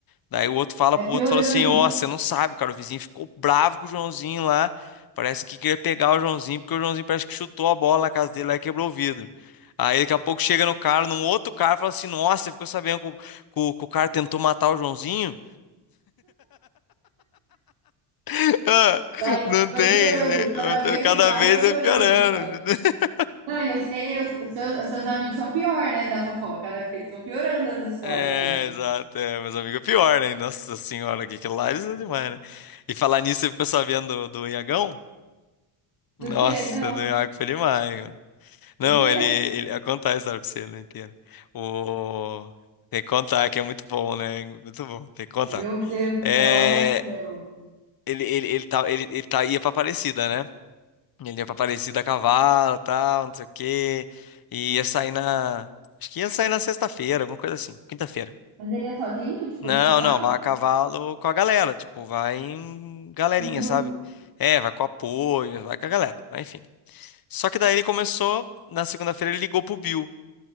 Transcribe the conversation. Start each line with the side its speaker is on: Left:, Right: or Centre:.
Left: Daí o outro fala
Right: Vai
Left: pro
Right: piorando.
Left: outro, fala assim, ó, você não sabe, cara, o vizinho ficou bravo com o Joãozinho lá, parece que queria pegar o Joãozinho, porque o Joãozinho parece que chutou a bola na casa dele lá e quebrou o vidro. Aí daqui a pouco chega no cara, num outro cara, fala assim, nossa, você ficou sabendo que o, que o que o cara tentou matar o Joãozinho? <laughs> Ah,
Right: Vai,
Left: Não
Right: vai
Left: tem,
Right: piorando.
Left: né?
Right: Cada
Left: Não tem-
Right: vez
Left: Cada
Right: que vai,
Left: vez
Right: vai piorando.
Left: é piorando.
Right: só.
Left: <laughs>
Right: Não, e eu sei, os os seus, os seus amigos são pior, né, da fofoca, né? Porque eles vão piorando as histórias
Left: É,
Right: também.
Left: exato, é, mas amigo, é pior, né? Nossa senhora, que aquilo lá isso é demais, né? E falar nisso, você ficou sabendo do, do Iagão? Nossa,
Right: Do que? Não.
Left: do Iago foi demais, Não,
Right: O quê?
Left: ele, ele eu contar a história pra você né, inteira. O tem que contar que é muito bom, né? Muito bom, tem que contar.
Right: Meu Deus do
Left: É,
Right: céu, lá vem as pérolas.
Left: ele ele ele tá ele, ele tá ia pra Aparecida, né? Ele ia pra Aparecida a cavalo, tal, não sei o quê. E ia sair na acho que ia sair na sexta-feira, alguma coisa assim, quinta-feira.
Right: Mas ele é sozinho, tipo,
Left: Não,
Right: de cavalo?
Left: não, vai a cavalo com a galera, tipo, vai em galerinha,
Right: Um grupo?
Left: sabe? É, vai com apoio, vai com a galera, mas enfim. Só que daí ele começou, na segunda-feira ele ligou pro Bill.